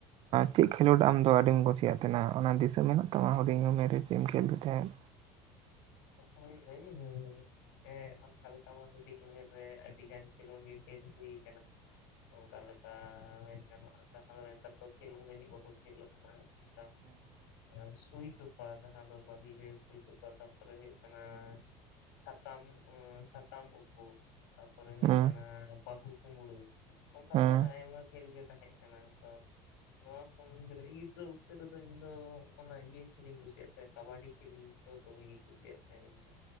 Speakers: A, on the right; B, on the left.
A: ᱪᱮᱫ ᱠᱷᱮᱞᱳᱸᱰ ᱟᱢᱫᱚ ᱟᱹᱰᱤᱢ ᱠᱩᱥᱤᱭᱟᱜ ᱛᱟᱸᱦᱮᱱᱟ? ᱚᱱᱟ ᱫᱤᱥᱟᱹ ᱢᱮᱱᱟᱜ ᱛᱟᱢᱟ ᱦᱩᱰᱤᱧ ᱩᱢᱮᱹᱨ ᱨᱮ ᱪᱮᱫ ᱮᱢ ᱠᱷᱮᱹᱞ ᱞᱮᱫ ᱛᱟᱦᱮᱸᱫ?
B: ᱦᱳᱭ ᱦᱳᱭ ᱦᱮᱸ, ᱦᱮᱸ ᱚᱱᱠᱟ ᱞᱮᱠᱟ ᱢᱟ ᱦᱩᱰᱤᱧ ᱩᱢᱮᱹᱨ ᱨᱮ ᱟᱹᱰᱤᱜᱟᱱ ᱠᱷᱮᱞᱚᱱᱰ ᱜᱮ ᱠᱷᱮᱹᱞ ᱦᱩᱭ ᱠᱟᱱᱟ᱾ ᱚᱱᱠᱟ ᱞᱮᱠᱟ ᱢᱮᱱ ᱜᱟᱱᱚᱜ-ᱟ ᱡᱟᱦᱟᱸ ᱫᱚ ᱱᱮᱛᱟᱨ ᱫᱚ ᱠᱷᱮᱹᱞ ᱦᱚᱸ ᱡᱟᱹᱱᱤᱡ ᱵᱟᱠᱚ ᱠᱷᱮᱞᱳᱜ ᱠᱟᱱᱟ ᱚᱱᱠᱟ᱾ ᱦᱮᱸ ᱥᱩᱭ ᱛᱚᱯᱟ, ᱡᱟᱦᱟᱸ ᱫᱚ ᱵᱟᱹᱞᱤᱨᱮ ᱥᱩᱭ ᱛᱚᱯᱟ ᱛᱟᱯᱚᱨᱮ ᱦᱩᱭᱩᱜ ᱠᱟᱱᱟ ᱥᱟᱠᱟᱢ ᱩᱸ ᱥᱟᱠᱟᱢ ᱩᱠᱩ, ᱛᱟᱯᱚᱨᱮ ᱦᱩᱭᱩᱜ
A: ᱦᱮᱸ
B: ᱠᱟᱱᱟ ᱵᱟᱹᱦᱩ ᱠᱩᱢᱲᱩ, ᱚᱝᱠᱟ
A: ᱦᱮᱸ
B: ᱞᱮᱠᱟᱱᱟᱜ ᱟᱭᱢᱟ ᱠᱷᱮᱹᱞ ᱜᱮ ᱛᱟᱦᱮᱸ ᱠᱟᱱᱟ ᱛᱚ᱾ ᱱᱚᱣᱟ ᱠᱚ ᱢᱩᱫᱽ ᱨᱮ ᱜᱤᱫᱽᱨᱟᱹ ᱩᱠᱛᱚ ᱨᱮᱫᱚ ᱤᱧ ᱫᱚ ᱚᱱᱟ ᱤᱭᱟᱹ ᱠᱷᱮᱹᱞᱤᱧ ᱠᱩᱥᱤᱭᱟᱜ ᱛᱟᱦᱮᱸᱜ, ᱠᱟᱵᱟᱰᱤ ᱠᱷᱮᱹᱞ ᱤᱧ ᱫᱚ ᱫᱚᱢᱮ ᱜᱤᱧ ᱠᱩᱥᱤᱭᱟᱜ ᱛᱟᱦᱮᱸᱜ ᱤᱧ ᱫᱚ᱾